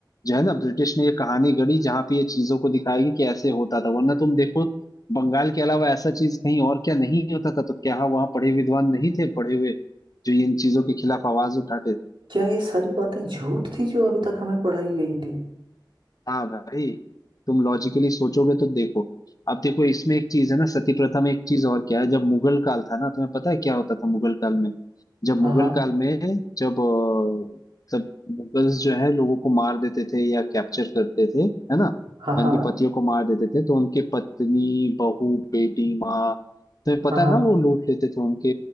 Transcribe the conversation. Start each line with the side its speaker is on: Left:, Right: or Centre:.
Left: जो है ना ब्रिटिश ने ये कहानी गढ़ी जहाँ पे ये चीजों को दिखाएगी कि ऐसे होता था वरना तुम देखो बंगाल के अलावा ऐसा चीज कहीं और क्या नहीं होता था तो क्या वहाँ पढ़े विद्वान नहीं थे पढ़े हुए जो इन चीजों के खिलाफ आवाज उठाते
Right: क्या ये सारी बातें झूठ थी जो अभी तक हमें पढ़ाई गई थी
Left: हाँ भाई तुम लॉजिकली सोचोगे तो देखो अब देखो इसमें एक चीज है ना सती प्रथा में एक चीज और क्या है जब मुगल काल था ना तुम्हें पता है क्या होता था मुगल काल में जब
Right: हाँ
Left: मुगल
Right: हाँ
Left: काल में जब अ, तब मुगल्स जो है लोगों को मार देते थे या कैप्चर करते थे है ना
Right: हाँ
Left: या उनके पतियों को मार देते थे तो उनके पत्नी बहू बेटी माँ तुम्हें पता
Right: हाँ
Left: है ना वो लूट लेते थे उनके